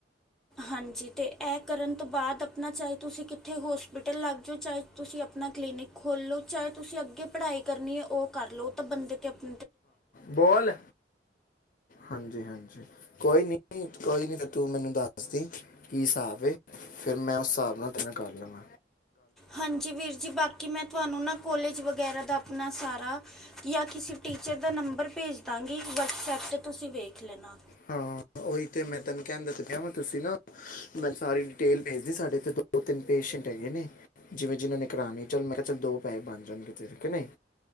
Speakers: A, in the centre; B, on the left.
A: ਹਾਂਜੀ ਤੇ ਇਹ ਕਰਨ ਤੋਂ ਬਾਅਦ ਆਪਣਾ ਚਾਹੇ ਤੁਸੀਂ ਕਿੱਥੇ ਹੋਸਪਿਟੱਲ ਲੱਗ ਜਾਓ। ਚਾਹੇ, ਤੁਸੀਂ ਆਪਣਾ ਕਲੀਨਿਕ ਖੋਲੋ। ਚਾਹੇ, ਤੁਸੀਂ ਅੱਗੇ ਪੜ੍ਹਾਈ ਕਰਨੀ ਹੈ। ਉਹ ਕਰ ਲਓ ਤਾਂ ਬੰਦੇ ਤੇ ਆਪ
B: ਬੋਲ ਹਾਂਜੀ, ਹਾਂਜੀ। ਕੋਈ ਨੀ, ਕੋਈ ਨੀ ਤੂੰ ਮੈਨੂੰ ਦੱਸਦੀ ਕੀ ਹਿਸਾਬ ਏ। ਫਿਰ ਮੈਂ ਉਸ ਹਿਸਾਬ ਨਾਲ ਤੈਨੂੰ ਕਰ ਲਵਾਂਗਾ।
A: ਹਾਂਜੀ ਵੀਰ ਜੀ ਬਾਕੀ ਮੈਂ ਤੁਹਾਨੂੰ ਨਾ ਕੋਲੇਜ ਵਗੈਰਾ ਦਾ ਆਪਣਾ ਸਾਰਾ ਜਾਂ ਕਿਸੇ ਟੀਚਰ ਦਾ ਨੰਬਰ ਭੇਜ ਦਾਂਗੀ। ਵਟਸਐਪ ਤੇ ਤੁਸੀਂ ਵੇਖ ਲੈਣਾ।
B: ਹਾਂ ਉਹੀ ਤੇ ਮੈਂ ਤੈਨੂੰ ਕਹਿਣ ਦਾ ਕਿਹਾ ਤੁਸੀਂ ਨਾ ਮੈਂ ਸਾਰੀ ਡਿਟੇਲ ਭੇਜਦੀ। ਸਾਡੇ ਇਥੇ ਦੋ ਤਿੰਨ ਪੇਸ਼ੈਂਟ ਹੈਗੇ ਨੇ ਜਿਵੇਂ ਜਿਨਾਂ ਨੇ ਕਰਾਉਣੇ ਚੱਲ ਮੈਂ ਕਿਹਾ ਚੱਲ ਦੋ ਪੈਸੇ ਬਣ ਜਾਣਗੇ। ਤੇ, ਨਹੀਂ